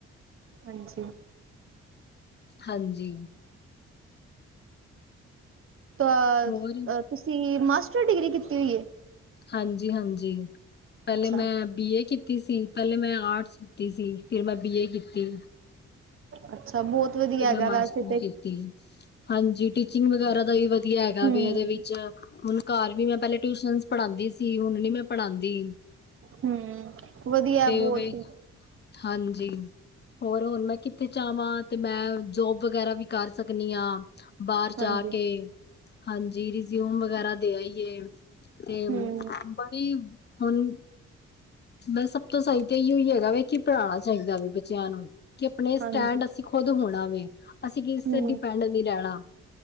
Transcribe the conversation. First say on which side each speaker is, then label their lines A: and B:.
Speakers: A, on the right; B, on the left.
A: ਹਾਂਜੀ
B: ਹਾਂਜੀ
A: ਤਾਂ
B: ਹੋਰ
A: ਤੁਸੀਂ ਮਾਸਟਰ ਡਿਗਰੀ ਕੀਤੀ ਹੋਈ ਹੈ।
B: ਹਾਂਜੀ-ਹਾਂਜੀ ਪਹਿਲੇ
A: ਅੱਛਾ।
B: ਮੈਂ, ਬੀ ਕੀਤੀ ਸੀ ਪਹਿਲੇ ਮੈਂ ਆਰਟਸ ਦਿੱਤੀ ਸੀ ਫਿਰ ਮੈਂ, ਬੀ ਏ ਕੀਤੀ
A: ਅੱਛਾ ਬਹੁਤ ਵਧੀਆ
B: ਫਿਰ
A: ਹੈਗਾ
B: ਮੈਂ ਮਾਸਟਰ
A: ਵੈਸੇ ਤੇ।
B: ਕੀਤੀ। ਹਾਂਜੀ ਟੀਚਿੰਗ ਵਗੈਰਾ ਦਾ, ਵੀ ਵਧੀਆ ਹੈਗਾ
A: ਹੂੰ
B: ਵੀ ਇਹਦੇ ਵਿੱਚ ਹੁਣ ਘਰ ਵੀ ਮੈਂ, ਪਹਿਲੇ ਟਿਊਸ਼ਨ ਪੜਾਉਂਦੀ ਸੀ ਹੁਣ ਨਹੀ ਮੈਂ, ਪੜ੍ਹਾਉਂਦੀ
A: ਹੂੰ ਵਧੀਐ ਬਹੁਤ।
B: ਓਵੇ ਹਾਂਜੀ ਹੋਰ ਹੁਣ ਮੈਂ ਕਿੱਥੇ ਜਾਵਾਂ। ਤੇ ਮੈਂ ਜੋਬ ਵਗੈਰਾ ਵੀ ਕਰ ਸਕਦੀ ਹਾਂ ਬਾਹਰ
A: ਹਾਂਜੀ
B: ਜਾ ਕੇ ਹਾਂਜੀ ਰਿਜ਼ਿਊਮ ਵਗੈਰਾ ਦੇ ਆ ਏ ਤੇ ਆਪਣੀ
A: ਹੂੰ
B: <unintelligible> ਹੁਣ ਬਸ ਸਭ ਤੋਂ ਸਹੀ ਏਯੋ ਹੀ ਹੈਗਾ ਵੇ ਕਿ ਪੜ੍ਹਾਣਾ ਚਾਹੀਦਾ ਵੇ ਬੱਚਿਆਂ ਨੂੰ। ਕਿ ਆਪਣੇ ਸਟੈਂਡ
A: ਹਾਂਜੀ।
B: ਅਸੀਂ ਖੁਦ ਹੋਣਾ ਵੇ ਅਸੀਂ ਕਿਸ
A: ਹੂੰ
B: ਤੇ ਡਿਪੈਂਡ ਨਹੀਂ ਰੈਣਾ।